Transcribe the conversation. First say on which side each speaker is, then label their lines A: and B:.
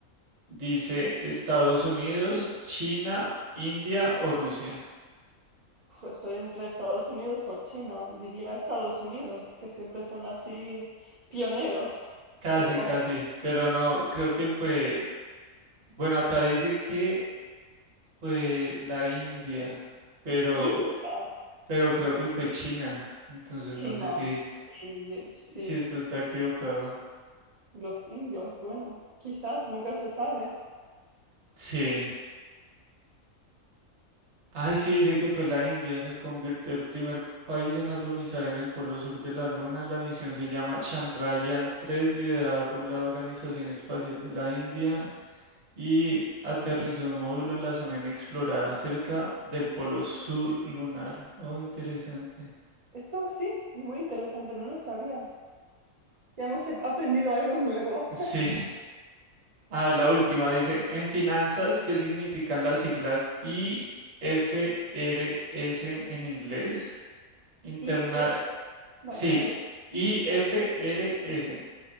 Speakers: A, on the right (about 55°); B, on the right (about 70°).
A: Dice Estados Unidos, China, India o Rusia.
B: Uf, estoy entre Estados Unidos o China. Diría Estados Unidos, que siempre son así pioneros.
A: Casi,
B: O,
A: casi,
B: o
A: pero no, creo que fue... Bueno, acá dice que fue la India, pero,
B: India,
A: pero creo que fue China. Entonces
B: China,
A: no sé si,
B: sí,
A: si
B: sí.
A: si esto está equivocado.
B: Los indios, bueno, quizás nunca se sabe.
A: Sí. Ay, sí, dice que fue la India. Se convirtió el primer país en alunizar en el polo sur de la Luna. La misión se llama Chandrayaan 3, liderada por la Organización Espacial de la India. Y aterrizó un módulo en la zona inexplorada cerca del polo sur lunar. Oh, interesante.
B: Esto sí, muy interesante, no lo sabía. Ya hemos ap- aprendido algo nuevo.
A: Sí.
B: <laughs>
A: A ver, la última dice, en finanzas, ¿qué significan las siglas IFRS en inglés? Interna
B: Y es... Vale,
A: sí,
B: a ver,
A: IFRS,